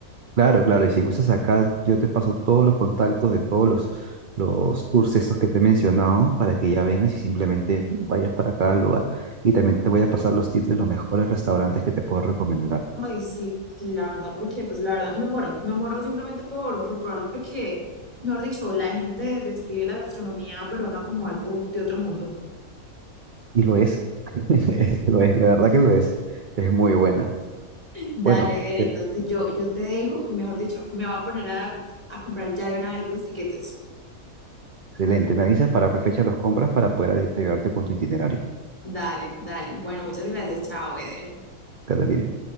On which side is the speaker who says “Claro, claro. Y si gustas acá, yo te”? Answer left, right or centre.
Right